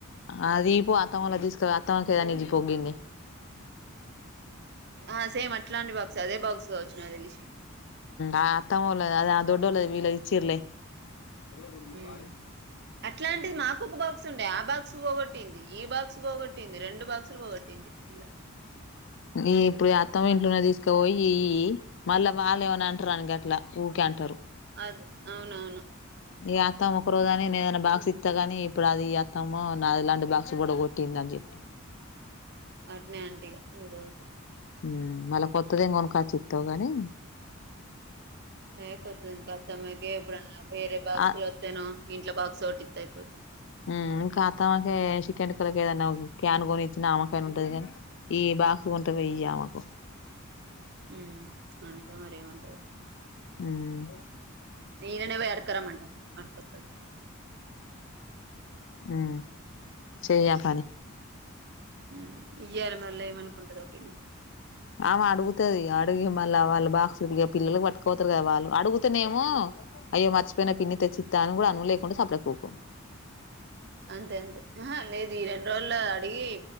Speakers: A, on the left; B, on the right.
A: అది ఇయిపో అత్తమోళ్ళది తీసుకురా, అత్తమ్మకి ఏదన్న ఇయ్యిపో గిన్నే.
B: ఆ సేమ్ అట్లాంటి బాక్స్ అదే బాక్స్ కావచ్చు నాక్ తెలిసి.
A: ఆ అత్తమోలది అది ఆ దొడ్డోలది వీళ్ళే ఇచ్చిర్లే. ర
B: ఉమ్
A: ఆ
B: అట్లాంటిది మాకు ఒక బాక్స్ ఉండే ఆ బాక్స్ పోగొట్టింది ఈ బాక్స్ పోగొ ట్టింది రెండు బాక్సులు పోగొట్టింది పిల్ల.
A: ఈ
B: ఏందో
A: ఇప్పుడు
B: ఏందో
A: అత్తమ్మ ఇంట్లున్నది తీసుకపోయి యియ్యీ. మళ్ళ వాళ్ళు ఏమన అంటరని గట్లా ఊకే అంటరు.
B: అద్ అవునవును.
A: ఇగ అత్తమ్మ ఒక రోజు అని నేదైనా బాక్స్ ఇత్త గాని, ఇప్పుడు అది ఇయ్యి అత్తమ్మ నాది ఇలాంటి బాక్స్ పొడకొట్టింది అని చెప్పి.
B: అట్నే అంటీగా ఏదోటి
A: మ్మ్ మళ్ళ కొత్తదేం కొనుకచ్చిత్తవ్ గానీ
B: హే కొత్తది ఇంక అత్తమ్మకే ఎప్పుడన్న వేరే బాక్స్లు
A: ఆ
B: వత్తెనా ఇంట్లో బాక్స్ ఓటి అయిపోద్ది
A: మ్ ఇంకత్తమ్మకే షిక్కెం వొళకు ఏదన్న క్యాన్ కొనిచ్చినామ పని ఉంటది గాని ఈ బాక్స్ కొంటవొయ్యి యియ్యామకు.
B: మ్మ్ అంటా మరేంమ
A: హ్మ్
B: ఈయననే పొయి అడుక్కరంమంట అడుక్కొస్తడు.
A: మ్మ్ చెయ్యాపనీ.
B: మ్ ఇయ్యాల మళ్ల ఏమనుకుంటదో పిన్ని
A: ఆమ అడుగుతది అడిగి మళ్ల వాళ్ళు బాక్స్ ఇగ పిల్లలకి పట్టుకపోతరు కదా వాళ్ళు అడుగుతనేమో అయ్యో మర్చిపోయిన పిన్ని తెచ్చీత్తా అని కూడ అను లేకుంటే సప్పుడసేయక ఊకో.
B: అంతే అంతే ఆ లేదు ఈ రెండు రోజులు అడిగి